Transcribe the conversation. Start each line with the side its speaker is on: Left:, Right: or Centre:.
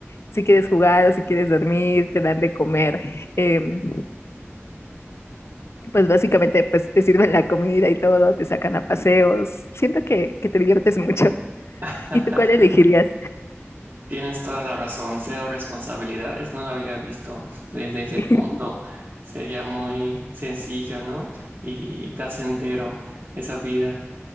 Left: Si quieres jugar o si quieres dormir, te dan de comer. em, pues básicamente pues te sirven la comida y todo, te sacan a paseos. Siento que, que te diviertes mucho.
Right: <laughs>
Left: ¿Y tú cuál elegirías?
Right: Tienes toda la razón, cero responsabilidades, no lo había visto desde ese
Left: <laughs>
Right: punto. Sería muy sencillo, ¿no? Y, y placentero esa vida,